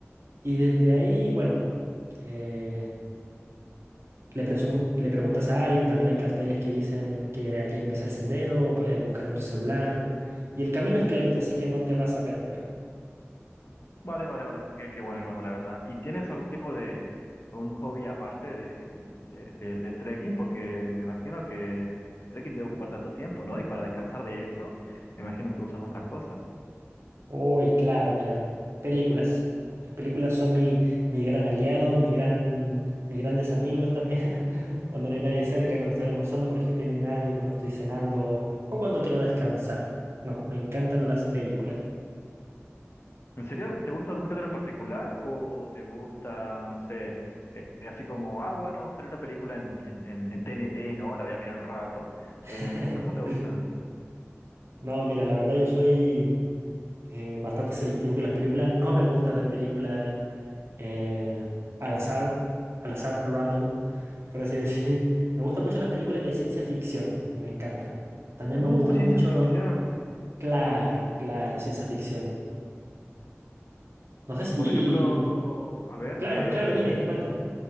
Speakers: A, on the right; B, on the left.
A: Y desde ahí, bueno. eh, le, presu- le preguntas a alguien, también hay carteles que dicen que aquí empieza el sendero, puedes buscar en tu celular. Y el camino es clarito, así que no te vas a perder.
B: Vale, vale, vale. Qué, qué bueno, qué bueno, la verdad. ¿Y tienes algún tipo de, algún hobby aparte de, de- de- del trekking? Porque me imagino que el trekking debe ocupar tanto tiempo, ¿no? Y para descansar de eso, me imagino que usas otras cosas.
A: Uy, claro, mira, películas. Las películas son mi, mi gran aliado, mi gran, mis grandes amigos también. <laughs> Cuando no hay nadie cerca, cuando estoy almorzando, por ejemplo, y no hay nadie, o cuando estoy cenando, o cuando quiero descansar. No, me encantan las películas.
B: ¿En serio? ¿Te gusta algún género en particular? ¿O te gusta, no sé, así como, ah, bueno, salió una película en, en, en, en TNT, ¿no? La voy a mirar un rato.
A: <laughs>
B: Em, ¿cómo te gusta?
A: No, mira, la verdad yo soy eh, bastante selectivo con las películas. No me gusta ver películas eh, al azar, al azar, random, por así <laughs> decir. Me gustan mucho las películas de ciencia ficción, me encantan. También
B: Uh,
A: me gustan
B: ciencia
A: mucho,
B: ficción.
A: claro, claro, ciencia ficción. No sé si...
B: Por ejemplo, a ver,
A: Claro,
B: eh,
A: claro, dime, cuéntame.